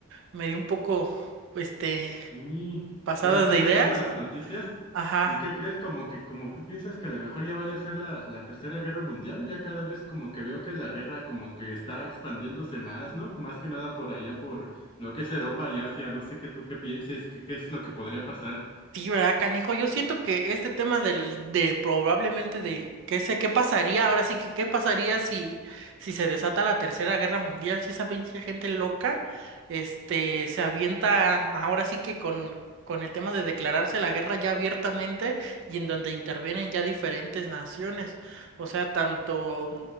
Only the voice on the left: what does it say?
Sí,
yo ahorita
estoy
viendo las noticias
y ¿qué crees? Como que como tú piensas que a lo mejor ya vaya a ser la, la Tercera Guerra Mundial, ya cada vez como que veo que la guerra como que está expandiéndose más, ¿no? Más que nada por allá, por lo que es Europa y Asia, no sé qué tú qué pienses, qué, qué es lo que podría pasar.